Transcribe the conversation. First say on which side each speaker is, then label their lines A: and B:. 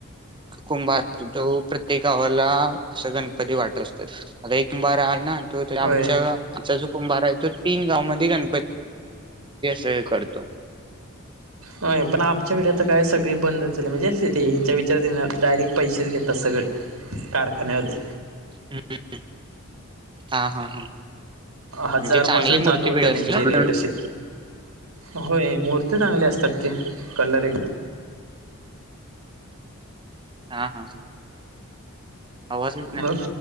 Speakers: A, on the right; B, on the right.
A: कुंभार असतो तो प्रत्येक गावाला असं गणपती वाटत असतात आता एक कुंभार आहे ना. त आमच्या
B: होय
A: आमचा जो कुंभार आहे तो तीन गावमध्ये गणपती. स करतो.
B: हो पण आमच्याकडे आता काय सगळी बंदच झाली म्हणजे ह्याच्या विचारणार. डायरेक्ट पैसेच घेतात सगळे कारखान्यामध्ये.
A: हम् हा हा हा
B: हजार
A: म्हणजे चांगली
B: पाासून
A: मूर्ती
B: चालू होतं
A: भेटत
B: त्यांचे
A: असतील ना तिकडे
B: रेट असे होय मूर्ती चांगली असतात की कलर एकदम
A: हा हा आवाज येत नाही
B: मग